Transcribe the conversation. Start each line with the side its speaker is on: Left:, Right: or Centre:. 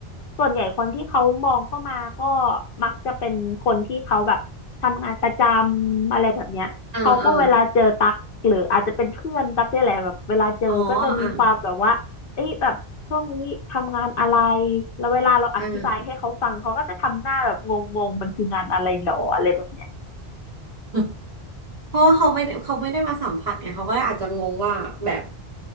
Left: ส่วนใหญ่คนที่เขามองเข้ามาก็มักจะเป็นคนที่เขาแบบทำงานประจำอะไรแบบเนี้ยเขาก็เวลาเจอตั๊กหรืออาจจะเป็นเพื่อนตั๊กเนี่ยแหละแบบเวลาเจอก็จะมีความแบบว่าเอ้ยแบบช่วงนี้ทำงานอะไร
Right: อ่าอ่าอ๋ออ่า
Left: แล้วเวลาเราอธิบายให้เขาฟังเขาก็จะทำหน้าแบบงงๆมันคืองานอะไรหรออะไรแบบเนี้ย
Right: อ่า <laughs> เพราะว่าเขาไม่ได้เขาไม่ได้มาสัมผัสไงเขาก็อาจจะงงว่าแบบ